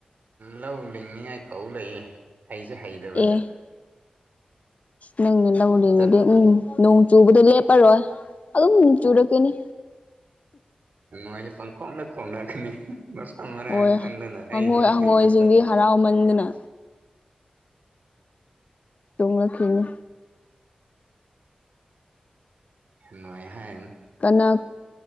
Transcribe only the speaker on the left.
ꯑꯦ ꯅꯪꯅ ꯂꯧꯂꯤꯡꯉꯗꯤ
ꯎꯝ ꯅꯣꯡ ꯆꯨꯕꯗ ꯂꯦꯞꯄꯔꯣꯏ ꯑꯗꯨꯝ ꯆꯨꯔꯛꯀꯅꯤ
ꯍꯣꯏ
ꯍꯪꯉꯣꯏ
ꯍꯪꯉꯣꯏꯁꯤꯡꯗꯤ
ꯍꯔꯥꯎꯃꯟꯗꯅ ꯇꯨꯡꯂꯛꯈꯤꯅꯤ
ꯀꯅꯥ